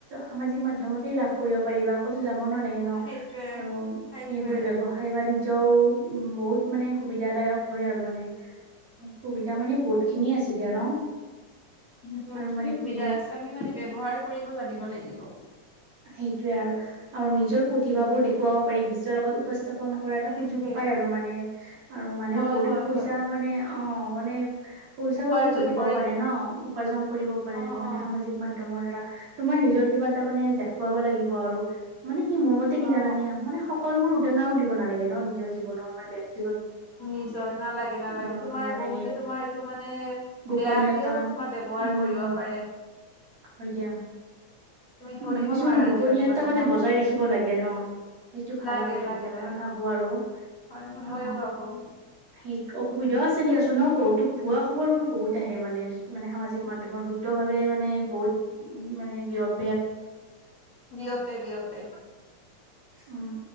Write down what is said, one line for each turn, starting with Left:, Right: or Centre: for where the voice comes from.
Right: সামাজিক মাধ্যমত তাতেই লাভ কৰিব পাৰিবা। কতো যাব নালাগে ন
Left: সেইটোৱে
Right: আৰু
Left: সেইটোৱে
Right: সেইবোৰে ব্যৱসায় বাণিজ ও উ বহুত মানে সুবিধাদায়ক হয় আৰু মানে। সুবিধা মানে বহুত খিনিয়ে আছে দিয়া ন।
Left: বহুতখিনি
Right: আৰু মানে
Left: সুবিধা
Right: কি
Left: আছে। আমি মানে ব্যৱহাৰ কৰিব জানিব লাগিব।
Right: সেইটোৱে আৰু। আৰু নিজৰ প্ৰতিভাবোৰ দেখুৱাব পাৰিবি। ৰ আগত উপস্থাপন কৰা এটা
Left: সেইটোৱে
Right: সুযোগ পায় আৰু মানে আৰু মানুহে
Left: হয়
Right: বহুতোত
Left: হয়
Right: পইচা
Left: হয়
Right: মানে অ। হবনে? পইচাও
Left: উপাৰ্জন
Right: ঘটিব
Left: কৰেতো
Right: পাৰে ন উপাৰ্জন কৰিব পাৰে
Left: অ
Right: মানে
Left: অ
Right: সামাজিক মাধ্যমৰ দ্বাৰা। তোমাৰ নিজৰ কিবা এটা মানে দেখুৱাব লাগিব আৰু মানে। কি মোৰ মতে কি
Left: অ
Right: জানা নে? মানে সকলোবোৰ উদঙাও দিব নালাগে ন, নিজৰ জীৱনৰ মানে বয়ক্ত।
Left: নিজৰ নালাগে নালাগে।
Right: উম
Left: তোমাৰ
Right: নালাগে
Left: বহুতে তোমাৰ এইটো মানে
Right: গোপনীয়তা
Left: বেয়াকেও তমাৰ ব্যৱহাৰ
Right: উম
Left: কৰিব পাৰে।
Right: হয় দিয়া।
Left: তুমি ধৰিব
Right: মানে কিছুমান
Left: নোৱাৰা
Right: গোপনীয়তা
Left: আজিকালি মানুহক
Right: মানে বজাই ৰাখিব লাগে ন। সেইটো ভাল
Left: লাগে
Right: আৰু তেতিয়া
Left: লাগে লাগে
Right: মই ভাবো আৰু
Left: হয়
Right: অ
Left: ময়ো ভাবো
Right: সেই সুবিধাও আছে দিয়াচোন ন বহুতো ভুৱা খবৰবোৰ বহুত আহে মানে মানে সামাজিক মাধ্যমৰ ভাৱে মানে বহুত উ মানে বিয়প
Left: বিঅপে বিঅপে।
Right: উম।